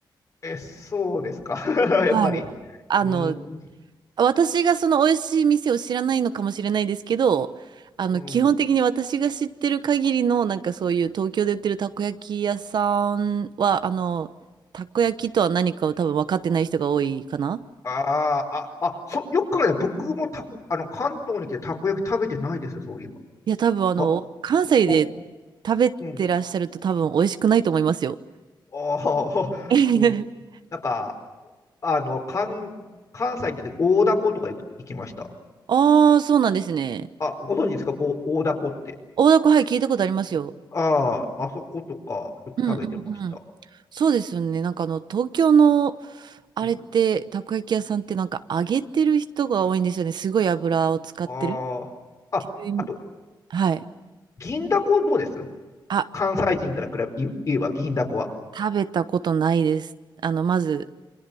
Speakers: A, on the left (about 40°); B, on the right (about 60°).
A: え、そうですか。<laughs>
B: はい。
A: やっぱり。
B: あの、
A: うーん。
B: 私がその美味しい店を知らないのかもしれないですけど、あの、
A: うん
B: 基本的に私が知ってる限りの、なんかそういう東京で売ってるたこ焼き屋さんは、あの、たこ焼きとは何かを多分分かってない人が多いかな。
A: あーあ、あ、そ、よく考えたら僕もたこ、あの、関東に来てたこ焼き食べてないですよ、そういえば。
B: いや、多分あの、
A: あ、
B: 関西で
A: お、お
B: 食べてらっしゃると多分美味しくないと思いますよ。
A: うん。ああ、
B: <laughs>
A: <laughs> うん。なんか、あの、関、関西に出て大凧とかよく行きました。
B: ああ、そうなんですね。
A: あ、ご存知ですか、こう、大凧って。
B: 大凧、はい、聞いたことありますよ。
A: うんああ、あそことかよく食べてました。
B: うんうんそうですよね。なんかあの、東京の、あれって、
A: うん。
B: たこ焼き屋さんってなんか揚げてる人が多いんですよね。すごい油を使ってるっ
A: ああ、あ、
B: ていう意味。
A: あと、
B: はい。
A: 銀だこどうです
B: あ、
A: 関西人から比べ、言えば銀だこは。
B: 食べたことないです。あの、まず、